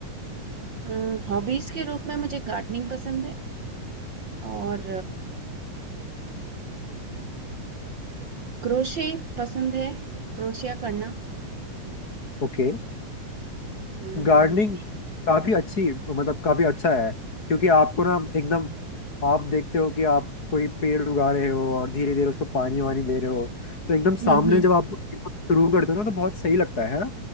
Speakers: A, on the right; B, on the left.
A: हूँ हॉबीज के रूप में मुझे गार्डनिंग पसंद है और क्रोशे पसंद है क्रोशिया करना
B: ओके
A: हम्म
B: गार्डनिंग काफी अच्छी मतलब काफी अच्छा है क्योंकि आपको ना एकदम आप देखते हो कि आप कोई पेड़ उगा रहे हो और धीरे धीरे उसको पानी वानी दे रहे हो तो एकदम सामने
A: हम्म हम्म
B: जब आप शुरू करते हो ना तो बहुत सही लगता है है ना